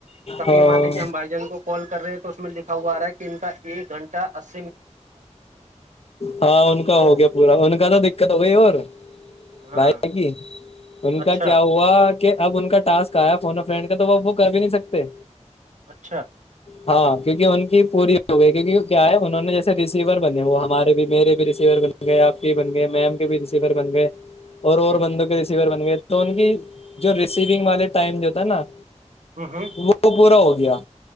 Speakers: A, on the right; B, on the left.
A: کبھی
B: ہاں
A: مان لیجیے ہم بھائی جان کو کال کر رہے ہیں تو اس میں لکھا ہوا آ رہا ہے کہ ان کا ایک گھنٹہ اس
B: ہاں ان کا
A: تو
B: ہو گیا پورا ان کا تو دقت ہو گئی اور
A: ہاں
B: بھائی ہے کی ان
A: اچھا
B: کا کیا ہوا کہ اب ان کا ٹاسک آیا فنا فرینڈ کا تو وہ وہ کر بھی نہیں سکتے
A: اچھا
B: ہاں کیونکہ ان کی پوری ہو گئی کیونکہ کیا ہے انہوں نے جیسے رسیور بنے وہ ہمارے بھی میرے بھی ریسیور بنے گئے آپ کے
A: جی
B: ہی بن گئے میم کے بھی ریسیور بن گئے اور اور
A: جی
B: بندوں
A: جی
B: کے ریسیور بن گئے تو ان کی جو ریسیونگ والے ٹائم جو تھا نا
A: ہوں ہوں
B: وہ پورا ہو گیا